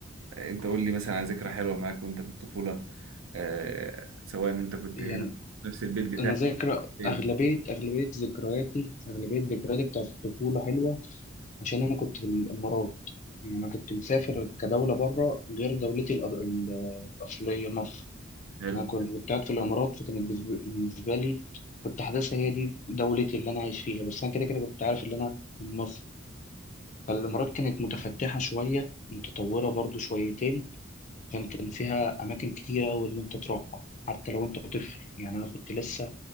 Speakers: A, on the right; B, on the left.
A: أنت قول لي مثلا على ذكرى حلوة معاك وأنت في الطفولة آه... سواء أنت كنت
B: يعني
A: هنا نفس البيت بتاعك
B: انا ذاكر
A: فين
B: اغلبيه اغلبيه ذكرياتي اغلبيه ذكرياتي بتاعت الطفوله حلوه عشان انا كنت في الامارات يعني انا كنت مسافر كدوله بره غير دولتي الأ- ال- الاصليه مصر
A: حلو
B: انا كنت كنت قاعد في الامارات فكانت بالنسبه بالنسبة لي كنت حاسسها هي دي دولتي اللي انا عايش فيها بس انا كده كده كنت عارف ان انا من مصر فالامارات كانت متفتحه شويه متطوره برضو شويتين عشان كان فيها أماكن كتيرة أوي اللي أنت تروحها حتى لو أنت طفل يعني أنا كنت لسه